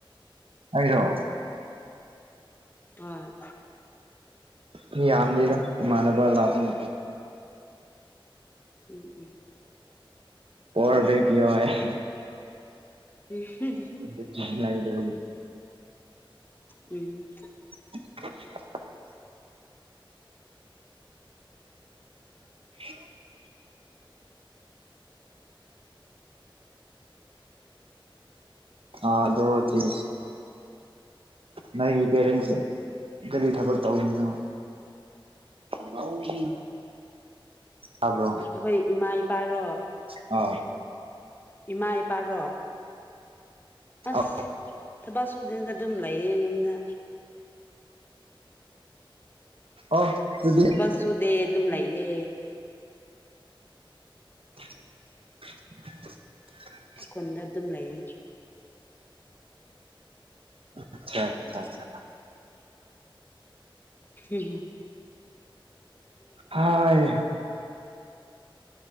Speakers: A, on the right; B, on the left.
A: ꯑꯩꯔꯣ
B: ꯍꯣꯏ
A: ꯃꯤ ꯌꯥꯝꯗꯦꯗ ꯏꯃꯥꯟꯅꯕ ꯂꯥꯛꯄꯅꯤ
B: ꯎꯝ ꯎꯝ
A: ꯄꯋꯔ ꯚꯦꯡ ꯄꯤꯌꯣ ꯍꯥꯏꯌꯦ
B: ꯎꯝ
A: ꯑꯗꯨꯗꯤ ꯂꯥꯏꯗꯕꯅꯤ
B: ꯎꯝ
A: <unintelligible> <unintelligible> ꯑꯥꯗꯣꯗꯤ ꯅꯪꯒꯤ ꯄꯦꯔꯦꯟꯁꯁꯦ ꯀꯔꯤ ꯊꯕꯛ ꯇꯧꯔꯤꯅꯣ ꯃꯧꯒꯤ ꯇꯥꯕ꯭ꯔꯣ
B: ꯑꯩꯈꯣꯏ ꯏꯃꯥ ꯏꯄꯥꯔꯣ
A: ꯑ
B: ꯏꯃꯥ ꯏꯄꯥꯔꯣ ꯑꯁ
A: ꯑꯣ
B: ꯊꯕꯛ ꯁꯨꯗꯦꯗ ꯑꯗꯨꯝ ꯂꯩꯌꯦ ꯌꯨꯝꯗ
A: ꯑꯗꯨꯗꯤ
B: ꯊꯕꯛ ꯁꯨꯗꯦ ꯑꯗꯨꯝ ꯂꯩꯌꯦ
A: <unintelligible>
B: ꯈꯨꯟꯗ ꯑꯗꯨꯝ ꯂꯩꯌꯦ
A: ꯑꯆꯥ ꯑꯆꯥ
B: ꯍꯝ ꯍꯝ
A: ꯍꯥꯏ